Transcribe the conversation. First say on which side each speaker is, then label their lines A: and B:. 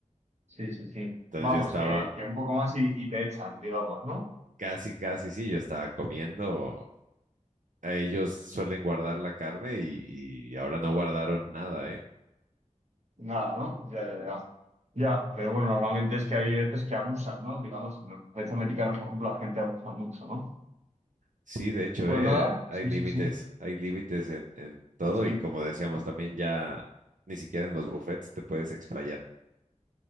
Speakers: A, on the right; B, on the right.
A: Sí, sí, sí.
B: Entonces
A: Vamos,
B: yo estaba
A: que, que un poco más y, y te echan, digamos, ¿no?
B: casi, casi, sí, yo estaba comiendo. A ellos suelen guardar la carne y, y ahora no guardaron nada, ¿eh?
A: Nada, ¿no? Ya, ya, ya. Ya, pero bueno, normalmente es que hay veces que abusan, ¿no? Digamos, en los países americanos, por ejemplo, la gente abusa mucho, ¿no?
B: Sí, de hecho,
A: Pues
B: ¿eh?
A: nada,
B: Hay
A: sí,
B: límites,
A: sí, sí.
B: hay límites en, en todo
A: Sí,
B: y como decíamos también ya ni siquiera en los buffets te puedes explayar.